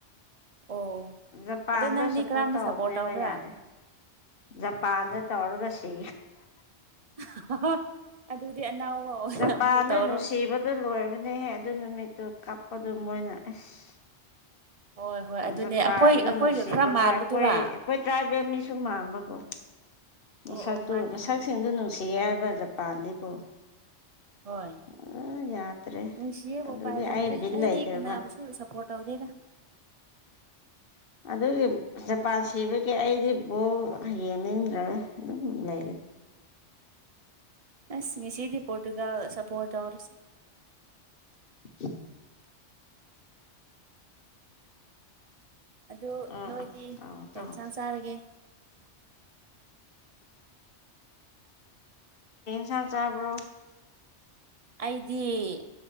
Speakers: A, on the right; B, on the left.
A: ꯑꯣ
B: ꯖꯄꯥꯟꯗ
A: ꯑꯗꯨ ꯅꯪꯗꯤ
B: ꯁꯞꯄꯣꯔꯠ
A: ꯀꯔꯝꯕ
B: ꯇꯧꯍꯧꯅꯦꯕ
A: ꯇꯧꯕ꯭ꯔꯥ
B: ꯌꯥꯗꯦ ꯖꯄꯥꯟꯗ ꯇꯧꯔꯒ ꯁꯤ
A: <inaudible> ꯑꯅꯧꯕ ꯑꯣꯏꯅ
B: ꯅꯄꯥꯟꯗ
A: ꯑꯃꯨꯛ ꯇꯧꯔꯣ
B: ꯅꯨꯡꯁꯤꯕꯗꯣ ꯂꯣꯏꯕꯅꯦꯍꯦ ꯑꯗꯨ ꯅꯨꯃꯤꯠ ꯇ ꯀꯞꯄꯗꯨ ꯃꯣꯏꯅꯁ
A: ꯍꯣꯏ ꯍꯣꯏ ꯑꯗꯨꯅꯦ
B: ꯖꯄꯥꯟꯗ
A: ꯑꯩꯈꯣꯏ ꯑꯩꯈꯣꯏꯒ
B: ꯅꯨꯡꯁꯤꯕꯀꯣ
A: ꯈꯔ ꯃꯥꯟꯕꯗꯨꯔꯥ
B: ꯑꯩꯈꯣꯏ ꯑꯩꯈꯣꯏ ꯇ꯭ꯔꯥꯏꯕꯦꯜ ꯃꯤꯁꯨ ꯃꯝꯕꯀꯣ ꯃꯁꯛꯇꯨ
A: ꯑꯣ ꯑꯣ ꯃꯥꯅꯦ
B: ꯃꯁꯛꯁꯤꯡꯗꯨ
A: ꯃꯥꯅꯦ
B: ꯅꯨꯡꯁꯤ ꯍꯥꯏꯕ ꯖꯄꯥꯟꯗꯤꯀꯣ
A: ꯍꯣꯏ
B: ꯑ ꯌꯥꯗ꯭ꯔꯦ
A: ꯅꯨꯡꯁꯤꯕ
B: ꯑꯗꯨꯒꯤ
A: ꯎꯄꯥꯏ ꯂꯩꯇ꯭ꯔꯦ
B: ꯑꯩ ꯕꯤꯠ
A: ꯑꯩꯗꯤ
B: ꯂꯩꯇ꯭ꯔꯕ
A: ꯀꯅꯥꯕꯨꯁꯨ ꯁꯞꯄꯣꯔꯠ ꯇꯧꯗꯦꯗ <inaudible>
B: ꯑꯗꯨꯒꯤ ꯖꯄꯥꯟ ꯁꯤꯕꯒꯤ ꯑꯩꯗꯤ ꯕꯣꯛ ꯌꯦꯡꯅꯤꯡꯗ꯭ꯔꯒ ꯑꯗꯨꯝ ꯂꯩ
A: ꯑ ꯑꯁ ꯁꯤꯗꯤ ꯄꯣꯇꯒ ꯁꯄ ꯑꯣꯔꯁ
B: <inaudible>
A: ꯑꯗꯨ
B: ꯑꯥ
A: ꯅꯣꯏꯗꯤ
B: ꯑꯥ ꯇꯧꯔꯣ
A: ꯀꯩ
B: ꯇꯧꯔꯣ
A: ꯌꯦꯟꯁꯥꯡ ꯆꯥꯔꯒꯦ
B: ꯁꯥꯡ ꯆꯥꯕꯔꯣ
A: ꯑꯩꯗꯤ